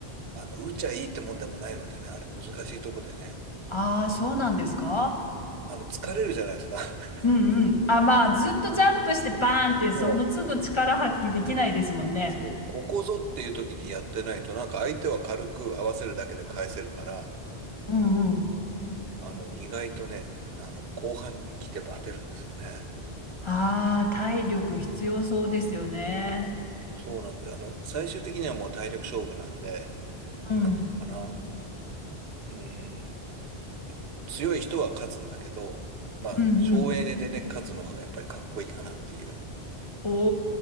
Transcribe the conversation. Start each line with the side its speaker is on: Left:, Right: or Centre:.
Right: あの、打っちゃいいってもんでもないのでね、あれ難しいとこでね。
Left: ああ、そうなんですか
Right: あの、疲れるじゃないですか。<laughs>
Left: うんうん。あ、まあ、ずっとジャンプしてバーンって、その都度力発揮できないですもんね。
Right: そう。そう、ここぞっていう時にやってないと、なんか相手は軽く合わせるだけで返せるから、
Left: うんうん。
Right: あの、意外とね、あの、後半に来てバテるんですよね。
Left: ああ、体力必要そうですよね。
Right: そうなんで、あの、最終的にはもう体力勝負なんで、
Left: うん。
Right: なんていうのかな。うん、強い人は勝つんだけど、まあ、
Left: うんうん。
Right: 省エネでね、勝つのがやっぱりかっこいいかなっていう、
Left: お